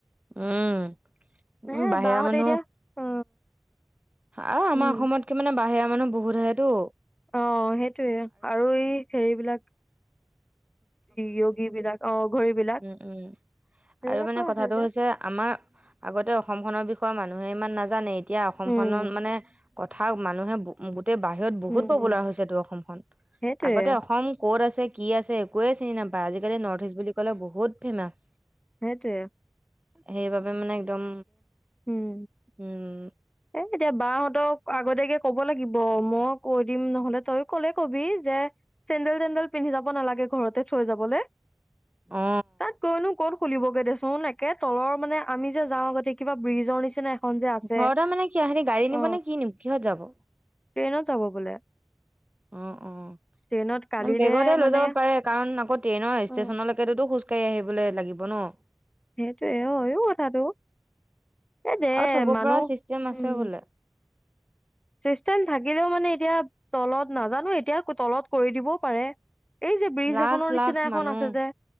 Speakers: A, on the right; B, on the left.
A: উম
B: এ
A: উ বাহিৰা
B: বাহঁতে
A: মানুহ
B: এতিয়া অ
A: আহ আমাৰ
B: উম
A: অসমতকে মানে বাহিৰৰা মানুহ বহুত আহে তো।
B: অহ, সেইটোয়ে আৰু এই হেৰিবিলাক য়গী বিলাক অ'। ঘড়ী বিলাক
A: উম- উম
B: সেইবিলাকো
A: আৰু মানে কথাটো
B: আহে যে
A: হৈছে আমাৰ আগতে অ অসমখনৰ বিষয়ে মানুহে ইমান নাজানেই। এতিয়া অসমখনত
B: উম
A: মানে কথা মানুহে গো গোতেই বাহিৰত বহুত
B: উম
A: পপুলাৰ
B: উম
A: হৈছে টো অসমখন
B: সেইটোয়ে
A: আগতে অসম ক'ত আছ এ 'কি আছে একোৱে চিনি নাপাই আজিকালি নথ ইষ্ট বুলি বহুত ফেমাছ।
B: সেইটোৱে।
A: সেইবাবে মানে একদম
B: উম
A: উম।
B: এ এতিয়া বাহতক আগতিয়াকে কব লাগিব মই কৈ দিম নহলে তই কলে কবি যে চেণ্ন্দেল- তেন্দেল পিন্ধি যাব নালাগে ঘৰতে থৈ যাবলে।
A: অ
B: তাত গৈয়নো কত খুলিবগে দেচোন একে তলৰ মানে আমি যে যাওঁ আগতে কিবা ব্ৰিজৰ নিচিনা এখন যে আছে
A: ঘৰতে মানে কি হেৰি গাড়ী
B: অ
A: নিব নে কি নিব কিহত যাব?
B: ট্ৰেইনত যাব বোলে
A: অহ - অহ
B: ট্ৰেইনত কালিলে
A: বেগতে লৈ
B: মানে
A: যাব পাৰে কাৰণ আকৌ ট্ৰেইনৰ
B: অ
A: ষ্টেচনলৈকেতোতো খোজ কঢ়ি আহিব। কোলে লাগিব ন'
B: সেইটোৱে অ ' হৈও কথাটো এই দে
A: আৰু থ'ব
B: মানুহ
A: পৰা চিষ্টেম আছে
B: উম।
A: বোলে
B: চিষ্টেম থাকিলেও মানে এতিয়া তলত নাজানো এতিয়া তলত কৰি দিবও পাৰে। এই যে ব্ৰিজ
A: লাখ
B: এখনৰ নিচিনা
A: লাখ
B: এখন
A: মানুহ
B: আছে যে